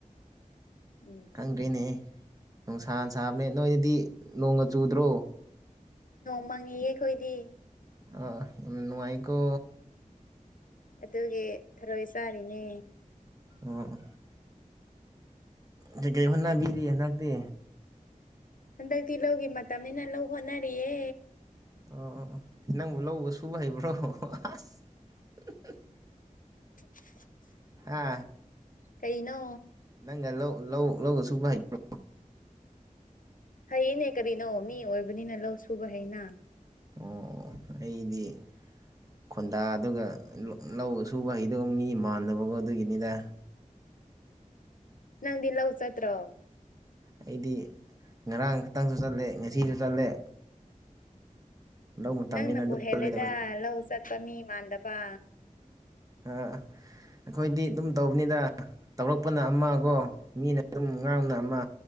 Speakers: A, on the left; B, on the right.
A: ꯎꯝ
B: ꯈꯪꯗ꯭ꯔꯦꯅꯦꯍꯦ ꯅꯨꯡꯁꯥꯅ ꯁꯥꯕꯅꯦ ꯅꯣꯏꯅꯗꯤ ꯅꯣꯡꯒ ꯆꯨꯗ꯭ꯔꯣ
A: ꯅꯣꯡ ꯃꯪꯉꯤꯌꯦ ꯑꯈꯣꯏꯗꯤ
B: ꯑꯥ ꯅꯨꯡꯉꯥꯏꯀꯣ
A: ꯑꯗꯨꯒꯤ ꯊꯔꯣꯏ ꯆꯥꯔꯤꯅꯦ
B: ꯑꯣ ꯀꯩ ꯀꯩ ꯍꯣꯠ ꯅꯥꯕꯤꯔꯤ ꯍꯟꯗꯛꯇꯤ
A: ꯍꯟꯗꯛꯇꯤ ꯂꯧꯒꯤ ꯃꯇꯝꯅꯤꯅ ꯂꯧ ꯍꯣꯠꯅꯔꯤꯌꯦ
B: ꯑꯣ ꯅꯪꯕꯨ ꯂꯧꯒ ꯁꯨꯕ ꯍꯩꯕ꯭ꯔꯣ ꯑꯁ ꯑꯁ ꯍꯥꯍꯥꯍꯥ
A: <inaudible>
B: ꯍꯥ
A: ꯀꯩꯅꯣ
B: ꯅꯪꯒ ꯂꯧ ꯂꯧ ꯂꯧꯒ ꯁꯨꯕ ꯍꯩꯕ꯭ꯔꯣ
A: ꯍꯩꯌꯦꯅꯦ ꯀꯔꯤꯅꯣ ꯃꯤ ꯑꯣꯏꯕꯅꯤꯅ ꯂꯧ ꯁꯨꯕ ꯍꯩꯅ
B: ꯑꯣ ꯑꯣ ꯑꯩꯗꯤ ꯈꯣꯟꯗꯥ ꯑꯗꯨꯒ ꯂꯧꯒ ꯁꯨꯕ ꯍꯩꯗꯧꯕ ꯃꯤ ꯃꯥꯟꯗꯕꯀꯣ ꯑꯗꯨꯒꯤꯅꯤꯗ
A: <inaudible> ꯅꯪꯗꯤ ꯂꯧ ꯆꯠꯇ꯭ꯔꯣ
B: ꯑꯩꯗꯤ ꯉꯔꯥꯡ ꯈꯛꯇꯪꯁꯨ ꯆꯠꯂꯦ ꯉꯁꯤꯁꯨ ꯆꯠꯂꯦ ꯂꯧ ꯃꯇꯝꯅꯤꯅ
A: ꯅꯪꯅꯕꯨ
B: ꯑꯗꯨꯝ
A: ꯍꯦꯜꯂꯦꯗ
B: ꯆꯠꯂꯦꯗ
A: ꯂꯧ ꯆꯠꯄ ꯃꯤ ꯃꯥꯟꯗꯕ
B: ꯑ ꯑꯩꯈꯣꯏꯗꯤ ꯑꯗꯨꯝ ꯇꯧꯕꯅꯤꯗ ꯇꯧꯔꯛꯄꯅ ꯑꯃꯒꯣ ꯃꯤꯅ ꯑꯗꯨꯝ ꯉꯥꯡꯅ ꯑꯃ